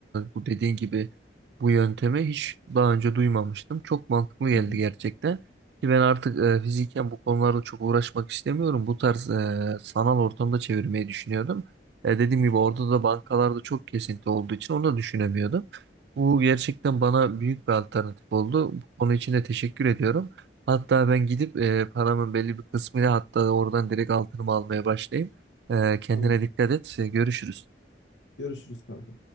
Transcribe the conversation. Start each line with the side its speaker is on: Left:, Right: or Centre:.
Right: bu dediğin gibi bu yöntemi hiç daha önce duymamıştım. Çok mantıklı geldi
Left: Hı hı.
Right: gerçekten. Ki ben artık e, fiziken bu konularla çok uğraşmak istemiyorum. Bu tarz e, sanal ortamda çevirmeyi düşünüyordum. E, dediğim gibi
Left: Çok
Right: orada
Left: iyi.
Right: da bankalarda çok kesinti olduğu için onu da düşünemiyordum. Bu gerçekten bana büyük bir alternatif oldu. Bu konu için de teşekkür ediyorum. Hatta ben gidip e, paramın belli bir kısmıyla hatta oradan direkt altınımı almaya başlayayım. E, kendine
Left: Tamam.
Right: dikkat et. E, görüşürüz.
Left: Görüşürüz kanka.